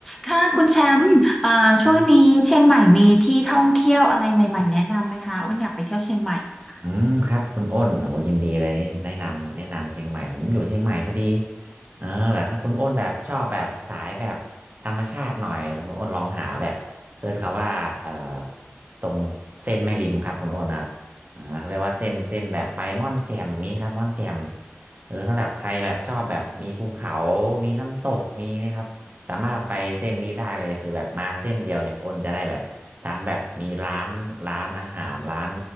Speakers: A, in the centre; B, on the right (about 40°).
A: ค่ะคุณแชมป์อ่าช่วงนี้เชียงใหม่มีที่ท่องเที่ยวอะไรใหม่ๆแนะนำไหมคะอ้นอยากไปเที่ยวเชียงใหม่ค่ะ
B: ครับอืมครับคุณอ้นโอ้ยินดีเลยแนะนำแนะนำเชียงใหม่ผมอยู่เชียงใหม่พอดีเออแบบถ้าคุณอ้นแบบชอบแบบสายแบบธรรมชาติหน่อยคุณอ้นลองหาแบบเสิร์ชคำว่าเอ่อตรงเส้นแม่ริมครับคุณอ้นครับอ่าเขาเรียกว่าเส้นเส้นแบบไปม่อนแจ่มนี้ครับม่อนแจ่มเออสำหรับใครแบบชอบแบบมีภูเขามีน้ำตกมีนะครับสามารถไปเส้นนี้ได้เลยคือแบบมาเส้นเดียวเนี่ยคุณอ้นจะได้แบบทั้งแบบมีร้านร้านอาหารร้าน